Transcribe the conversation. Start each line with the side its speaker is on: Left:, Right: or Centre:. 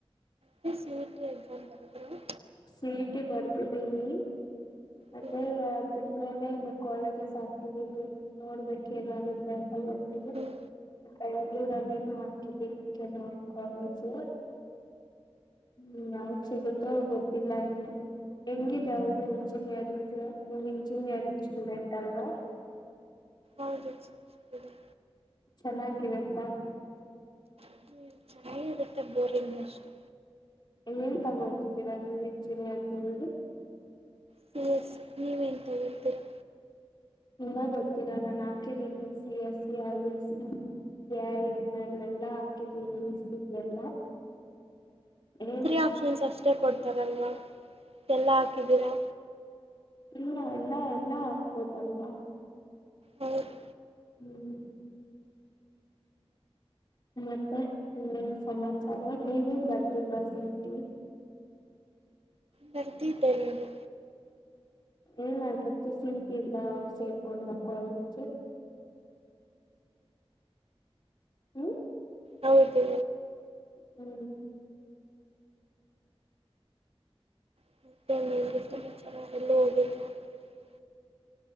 Right: K C E T exam ಬರುದ್ರಿ.
Left: ಸಿ ಟಿ ಬರ್ದಿದಿನಿ. ಮತ್ತೇ
Right: ಹ್ಞೂ
Left: ಅದ್ರು ಮೇಲೆ ಇನ್ನು ಕಾಲೇಜಸ್ ಹಾಕಿದೀನಿ ನೋಡ್ಬೇಕ್ ಏನಾಗುತ್ತೆ ಅಂತ ಗೊತ್ತಿದೆ
Right: ಹ್ಞೂ
Left: ಬೆಂಗ್ಳೂರಲಿನು ಹಾಕಿದೀನಿ ಕೆಲ್ವೊಂದ್ ಕಾಲೇಜು ಹ್ಮ್ ಯಾವ್ದ ಸಿಗುತ್ತೋ ಗೊತ್ತಿಲ್ಲ ಇನ್ನು ಹೆಂಗಿದೆ ಹೌ ಇಂಜಿನಿಯರಿಂಗು ನೀವ್ ಇಂಜಿನಿಯರಿಂಗ್ ಸ್ಟೂಡೆಂಟ್ ಅಲ್ವಾ.
Right: ಹೌದು <unintelligible>
Left: ಚೆನ್ನಾಗಿರುತ್ತಾ.
Right: ಹ್ಮ ಚೆನಾಗಿರುತ್ತೆ ಬೋರಿಂಗ್ ಅಷ್ಟೆ.
Left: ಏನ್ ತಗೊಂಡರ್ತೀರಾ ನೀವ್ ಇಂಜಿನಿಯರಿಂಗ್ ಅಲ್ಲಿ.
Right: ಸಿ ಎಸ್ ನೀವ್ ಎನ್ ತಗೊಂತೀರಾ.
Left: ಇನ್ನ ಗೊತ್ತಿಲ್ಲ ನಾನ್ ಹಾಕಿದ್ದೀನಿ C A C I S C A I M L ಎಲ್ಲಾ ಹಾಕಿದೀನಿ ಇ ಸಿ ಎಲ್ಲ. ಏಮ್ಸ್
Right: ತ್ರೀ ಆಪ್ಷನ್ಸ್ ಅಷ್ಟೆ ಷ್ಟೆ ಕೊಡ್ತಾರಲ್ವ ಎಲ್ಲ ಹಾಕ್ ಕಿದಿರಾ
Left: ಇಲ್ಲ ಎಲ್ಲಾ ಎಲ್ಲ ಆಕ್ಬೊದಲ್ವಾ
Right: ಹೌದು
Left: ಹ್ಮ್. ಹ್ಮ್ ಮತ್ತೆ ಸಮಾಚಾರ ನೀವು ಬರ್ದಿಲ್ವಾ ಸಿ ಇ ಟಿ.
Right: ಬರ್ದಿದ್ದೆ ನಾನು.
Left: ಏನಾಗಿತ್ತು ಸಿ ಟಿ ಇಂದ ಸೇರ್ಕೊಂಡ್ರ ಕಾಲೇಜು. ಹ್ಮ
Right: ಹೌದು
Left: ಹ್ಮ್
Right: <unintelligible>